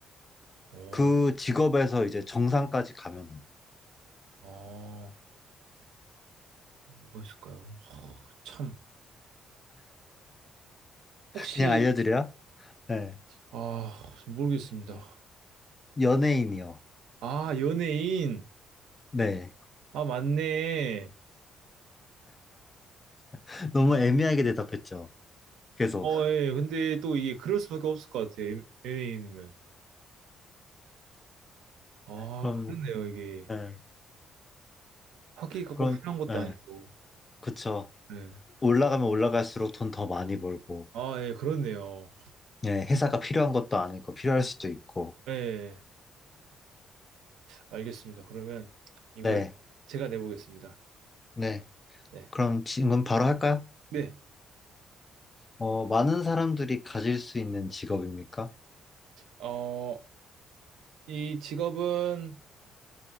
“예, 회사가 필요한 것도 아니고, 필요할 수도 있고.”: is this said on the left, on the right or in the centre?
Left